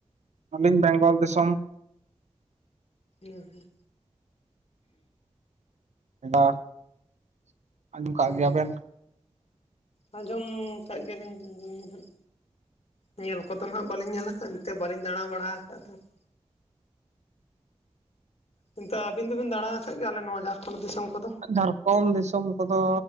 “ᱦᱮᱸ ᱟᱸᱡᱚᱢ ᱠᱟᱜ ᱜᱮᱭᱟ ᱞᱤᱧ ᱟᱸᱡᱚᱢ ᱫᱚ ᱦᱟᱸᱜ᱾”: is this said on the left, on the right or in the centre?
Left